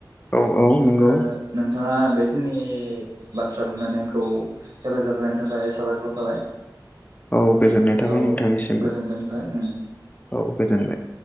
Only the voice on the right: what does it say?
ओ नोंथांङा बेखिनि बा बाथ्रा बुंनानै आंखौ हेफाजाब होनायनि थाखाय साबायखर थाबाय।
औ
गोजोनथों नोंथां उम